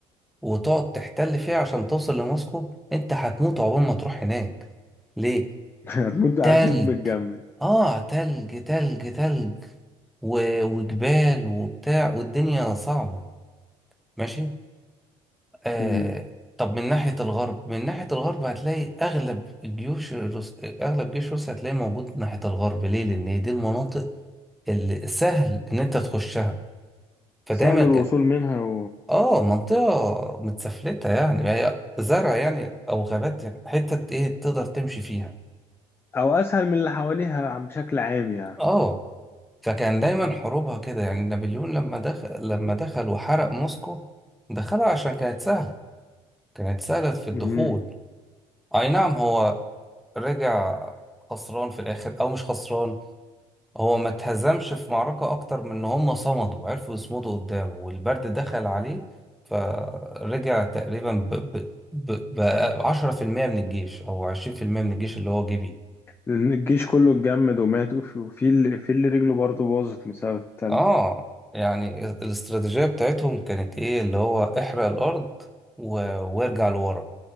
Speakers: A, in the centre; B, on the left.
A: وتقعد تحتل فيها عشان توصل لموسكو أنت هتموت عقبال ما تروح هناك ليه؟
B: <laughs> هتموت هتموت
A: تلج
B: متجمد
A: آه تلج تلج تلج و... وجبال وبتاع والدنيا صعبة ماشي آه
B: مم.
A: طب من ناحية الغرب من ناحية الغرب هتلاقي أغلب الجيوش الروس... أغلب جيش روسيا هتلاقيه موجود من ناحية الغرب ليه؟ لأن هي دي المناطق اللي سهل إن أنت تخشها فدايما
B: سهل الوصول
A: ك...
B: منها و...
A: آه منطقة متسفلتة يعني هي زرع يعني أو غابات يعني حتة إيه تقدر تمشي فيها
B: او اسهل من اللي حواليها عم- بشكل عام يعني
A: آه فكان دايما
B: اه
A: حروبها كده يعني نابليون لما دخل لما دخل وحرق موسكو دخلها عشان كانت سهلة كانت سهلة في الدخول
B: مم.
A: أي نعم هو رجع خسران في الاخر او مش خسران هو ما اتهزمش في معركة اكتر من ان هم صمدوا عرفوا يصمدوا قدامه والبرد دخل عليه فرجع تقريبا ب ب ب ب 10% من الجيش او 20% من الجيش اللي هو جه بيه
B: لان الجيش كله اتجمد ومات وفي وفي اللي في اللي رجله برضه باظت بسبب التلج
A: اه يعني الاستراتيجية بتاعتهم كانت ايه اللي هو احرق الارض و... وارجع لورا